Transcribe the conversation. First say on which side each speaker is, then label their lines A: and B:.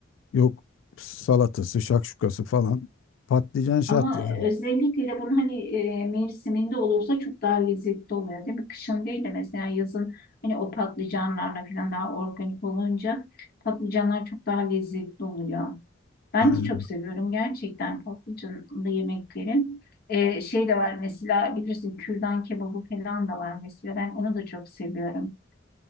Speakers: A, on the left; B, on the left.
A: Yok salatası, şakşukası falan. Patlıcan şart
B: Ama
A: yani.
B: özellikle de bunun hani e, mevsiminde olursa çok daha lezzetli oluyor değil mi? Kışın değil de mesela yazın hani o patlıcanlarla falan daha organik olunca patlıcanlar çok daha lezzetli oluyor. Ben
A: Aynen.
B: de çok seviyorum gerçekten patlıcanlı yemekleri. E, şey de var mesela bilirsin kürdan kebabı falan da var mesela ben onu da çok seviyorum.